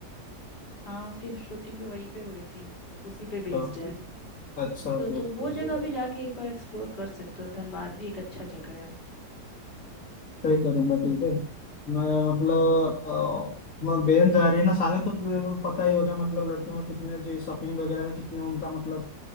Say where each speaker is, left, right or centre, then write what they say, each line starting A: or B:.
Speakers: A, on the left (about 85°); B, on the left (about 55°).
A: हाँ उसकी शूटिंग भी वहीं पे हुई थी उसी पे
B: तो
A: बेस्ड है
B: अच्छा
A: तो
B: फिर
A: तो वो जगह भी जाके एक बार एक्सप्लोर कर सकते हो धनबाद भी एक अच्छा जगह है
B: सही करूंगा ठीक है मैं मतलब अ, मैं बहन जा रही है ना साधन तो तेरे को पता ही होगा मतलब लड़कियों में कितने जो शॉपिंग वगैरह में कितने उनका मतलब